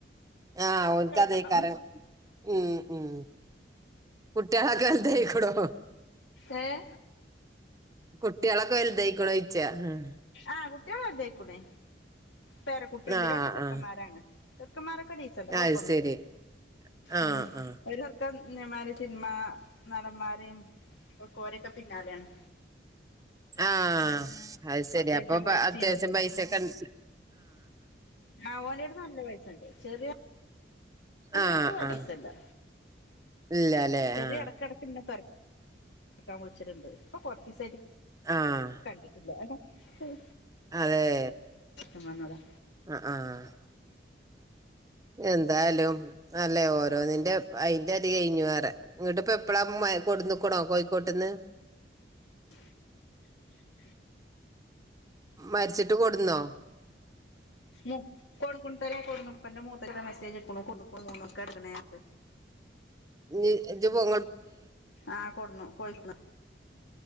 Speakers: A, on the right; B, on the left.
A: ആഹ ഓൻക്കാതെ
B: കിട്ടണം
A: പറ ഉം ഉം കുട്ട്യോളൊക്കെ എന്തെടുക്കാണ്
B: ഏഹ്ഹ്
A: കുട്ടികളൊക്കെ വലുതായിക്കൂളോയിച്ച ഉം
B: ആ കുട്ടികളതെക്കുണ് പേര കുട്ടിണ്ട്
A: ആഹ്
B: രണ്ട് ചെറുക്കന്മാരാണ്
A: ആഹ്
B: ചെറുക്കന്മാരൊ ഒക്കെ ഡീസന്റാ കൊഴപ്പൊന്നുല്ല
A: അത് ശരി ആഹ്
B: ഉം
A: ആഹ്
B: ഒരു ചെറുക്കൻ മാര്യേജ് സിനിമ നടന്മാരെയും ഒ കോരൊക്കെ പിന്നാലെയാണ്
A: ആഹ് അത് ശരി
B: അത്യാവശ്യം
A: അപ്പൊപ്പ
B: പൈസയുണ്ട്
A: അത്യാവശ്യം വൈസക്കെ ഒണ്ട
B: ആ ഓനട് നല്ല വയസുണ്ട് ചെറിയ ന്റടുത്തവൻ
A: ആഹ് ആഹ്
B: ഡിസെന്റാ
A: ഇല്ലല്ലേ
B: ചെറിയ
A: ആഹ്
B: ഇടക്കിടയ്ക്കിങ്ങതൊരാ കേക്കാൻ വിളിച്ചിട്ടുണ്ട് അപ്പൊ കൊറച്ചസായിട്ട്
A: ആഹ്
B: കണ്ടിട്ടില്ല <unintelligible> ഉം
A: അതെ
B: എന്നാന്നാനെ
A: ആഹ ആഹ് എന്താലും അല്ലേ ഓരോന്നിന്റെ അയി ന്റെ അത് കഴിഞ്ഞു വേറെ ഇങ്ങോട്ടിപ്പ എപ്പളാ ഉമ്മുമ്മയേ കൊടുന്നുക്കണോ കോഴിക്കോട്ടന്ന്
B: <inaudible>
A: മരിച്ചിട്ട് കൊടുന്നോ
B: മ കൊൺ കോൺതരേ കൊടുപ്പന്റെ മൂത്തടെ മെസേജ് എക്ക കൊന്നൊക്കെ എടുക്കണ <inaudible>
A: മ് ജ്ജ് ജ്ജുപ്പോ
B: ആഹ കൊടന്നു കൊഴുക്കണ്